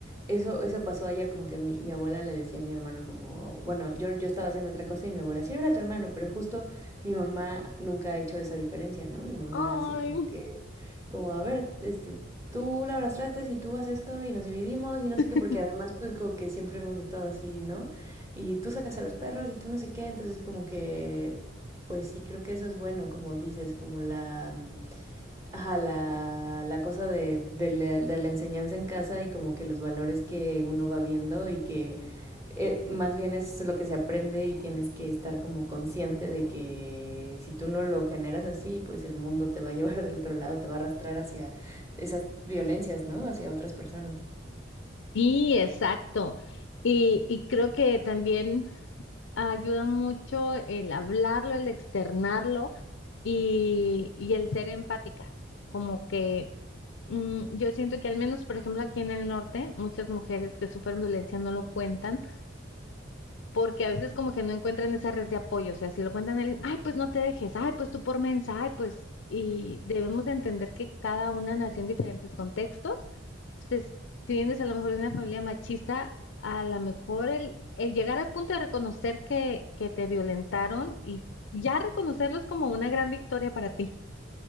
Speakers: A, on the right; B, on the left.
A: eso, eso pasó ayer, como que mi, mi abuela le decía a mi hermano como, bueno, yo, yo estaba haciendo otra cosa y mi abuela, sí, era tu hermano, pero justo mi mamá nunca ha hecho esa diferencia, ¿no? Mi mamá
B: ay.
A: así como que, como, a ver, este, tú lavas trastes y tú haces esto y nos dividimos y
B: <laughs>
A: no sé qué, porque además pues como que siempre hemos estado así, ¿no? y tú sacas a los perros y tú no sé qué, entonces como que pues sí, creo que eso es bueno, como dices, como la, mm, ajá, la, la cosa de, de la, de la enseñanza en casa y como que los valores que uno va viendo y que eh, más bien es lo que se aprende y tienes que estar como consciente de que si tú no lo generas así, pues el mundo te va a <laughs> llevar del otro lado, te va a arrastrar hacia esas violencias, ¿no? Hacia otras personas.
B: Sí, exacto. Y, y creo que también ayuda mucho el hablarlo, el externarlo y, y el ser empáticas. Como que mm, yo siento que al menos, por ejemplo, aquí en el norte, muchas mujeres que sufren violencia no lo cuentan porque a veces como que no encuentran esa red de apoyo, o sea, si lo cuentan a alguien, ay, pues no te dejes, ay, pues tú por mensa, ay, pues, y debemos de entender que cada una nació en diferentes contextos. Entonces, si vienes a lo mejor de una familia machista, a lo mejor el, el llegar al punto de reconocer que, que te violentaron y ya reconocerlo es como una gran victoria para ti,